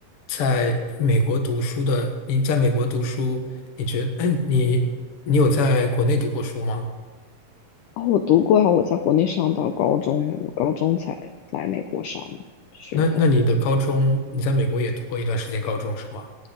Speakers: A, on the left; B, on the left.
A: 在美国读书的，你在美国读书，你觉得，哎，你你有在国内读过书吗？
B: 啊、我读过啊，我在国内上到高中呢，我高中才来美国上学的。
A: 那那你的高中，你在美国也读过一段时间高中是吗？